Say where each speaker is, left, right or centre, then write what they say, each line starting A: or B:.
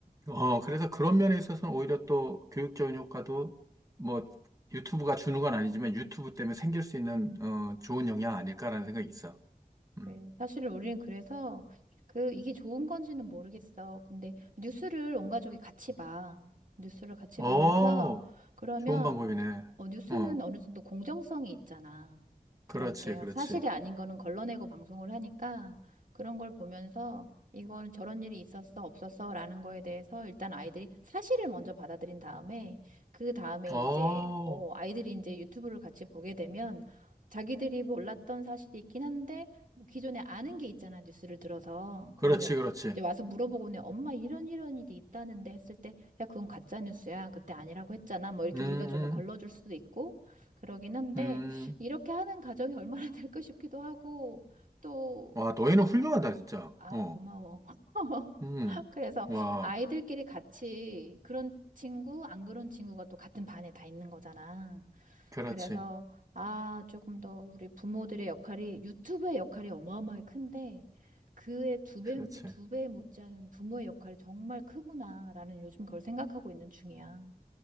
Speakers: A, on the right; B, on the right.
A: 어, 그래서 그런 면에 있어서는 오히려 또 교육적인 효과도 뭐 유튜브가 주는 건 아니지만 유튜브 때문에 생길 수 있는 어, 좋은 영향 아닐까라는 생각이 있어. 음.
B: 네, 사실은 우리는 그래서 그 이게 좋은 건지는 모르겠어. 근데 뉴스를 온 가족이 같이 봐. 뉴스를 같이
A: 어,
B: 보면서 그러면
A: 좋은 방법이네.
B: 어, 뉴스는
A: 어,
B: 어느 정도 공정성이 있잖아.
A: 그렇지,
B: 그러니까
A: 그렇지.
B: 사실이 아닌 거는 걸러내고 방송을 하니까 그런 걸 보면서 이거는 저런 일이 있었어, 없었어 라는 거에 대해서 일단 아이들이 사실을 먼저 받아들인 다음에 그 다음에
A: 어,
B: 이제 어, 아이들이 이제 유튜브를 같이 보게 되면 자기들이 몰랐던 사실이 있긴 한데 뭐 기존에 아는 게 있잖아, 뉴스를 들어서. 그러면
A: 그렇지, 그렇지.
B: 이제 와서 물어보고는 엄마 이런 이런 일이 있다는데 했을 때 야, 그건 가짜 뉴스야. 그때 아니라고 했잖아. 뭐 이렇게
A: 음, 음,
B: 우리가 좀 걸러줄 수도 있고 그러긴 한데
A: 음.
B: 이렇게 하는 가정이 얼마나 <laughs> 될까 싶기도 하고 또
A: 와,
B: 그,
A: 너희는 훌륭하다, 진짜.
B: 아우,
A: 어,
B: 고마워. <laughs>
A: 음.
B: 그래서
A: 와,
B: 아이들끼리 같이 그런 친구, 안 그런 친구가 또 같은 반에 다 있는 거잖아.
A: 그렇지,
B: 그래서, 아, 조금 더 우리 부모들의 역할이, 유튜브의 역할이 어마어마하게 큰데, 그의 두 배,
A: 그렇지.
B: 두 배 못지않은 부모의 역할이 정말 크구나라는 요즘 그걸 생각하고 있는 중이야.